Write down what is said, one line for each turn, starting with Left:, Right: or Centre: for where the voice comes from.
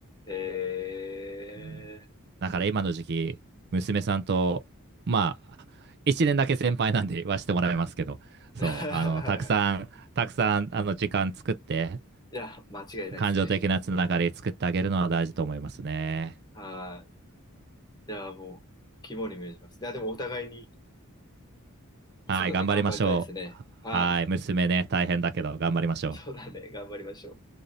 Left: え
Right: うんだから今の時期、娘さんと、まあ、1年だけ先輩なんで言わせてもらいますけど、そう、
Left: ー。
Right: あの、たくさん、
Left: <laughs>
Right: たくさん、あの、時間作って、
Left: いや、間違いないですね。
Right: 感情的なつながり作ってあげるのは大事と思いますね。
Left: はい。いや、もう、肝に銘じます。いや、でもお互いに、子育て頑張りたいですね。
Right: はい、頑張りましょう。
Left: はい。
Right: はい、娘ね、大変だけど、頑張りましょう。
Left: そうだね。頑張りましょう。